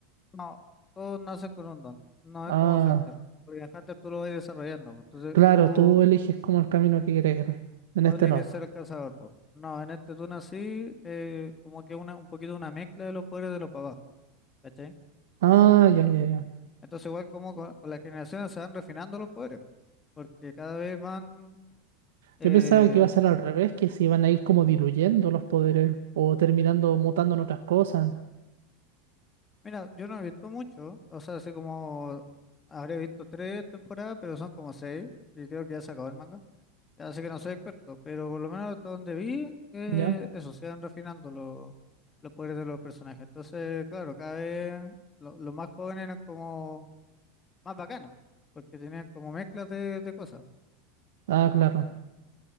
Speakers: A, on the left (about 25°); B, on the right (about 85°).
A: No, tú naces con un don. No
B: Ah,
A: es como Hunter. Porque en Hunter tú lo vas desarrollando. pues, Entonces
B: claro,
A: tú,
B: tú eliges como el camino que quieres ir. En
A: tú
B: este
A: eliges
B: no.
A: ser el cazador. pues. No, en este tú nací eh, como que una, un poquito una mezcla de los poderes de los papás. ¿Cachai?
B: Ah, ya, ya, ya.
A: Entonces igual como con, con las generaciones se van refinando los poderes. Porque cada vez van... eh,
B: Yo pensaba que iba a ser al revés, que se iban a ir como diluyendo los poderes o terminando mutando en otras cosas.
A: mira, yo no he visto mucho. O sea, así como habré visto tres temporadas, pero son como seis. Y creo que ya se acabó el manga. Así que no soy experto, pero por lo menos hasta donde vi, eh,
B: ya
A: eso, se van refinando los los poderes de los personajes. Entonces, claro, cada vez lo- los más jóvenes eran como más bacanes, porque tenían como mezclas de, de cosas.
B: Ah, claro.